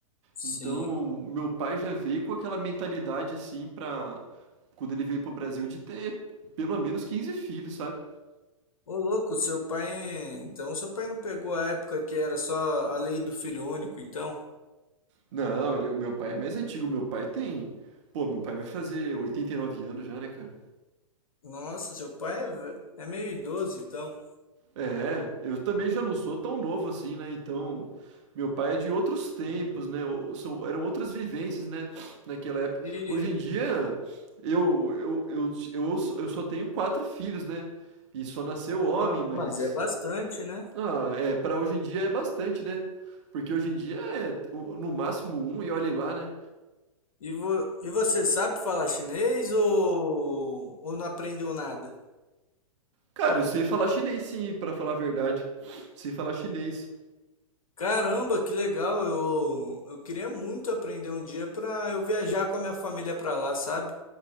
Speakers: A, on the left (about 70°); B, on the right (about 55°).
A: Sim.
B: Então, meu pai já veio com aquela mentalidade assim pra, quando ele veio pro Brasil de ter pelo menos 15 filhos, sabe?
A: Ô louco, seu pai, então seu pai não pegou a época que era só a lei do filho único, então?
B: Não, ele, o meu pai é mais antigo. Meu pai tem. Pô, meu pai vai fazer 89 anos já, né, cara?
A: Nossa, seu pai é, ve- é meio idoso, então.
B: É, eu também já não sou tão novo assim, né? Então, meu pai é de outros tempos,
A: Não entendi.
B: né? o- São, eram outras vivências, né? Naquela época.
A: E,
B: Hoje em dia, eu, eu, eu, eu, eu só tenho quatro filhos, né? E só nasceu
A: no-
B: homem, mas.
A: mas é bastante, né?
B: Ah, é, para hoje em dia é bastante, né? Porque hoje em dia é o- no máximo um e olhe lá, né?
A: E, vo- e você sabe falar chinês ou, ou não aprendeu nada?
B: Cara, eu sei falar chinês sim, pra falar a verdade. Sei falar chinês.
A: Caramba, que legal! Eu, eu queria muito aprender um dia para eu viajar com a minha família para lá, sabe?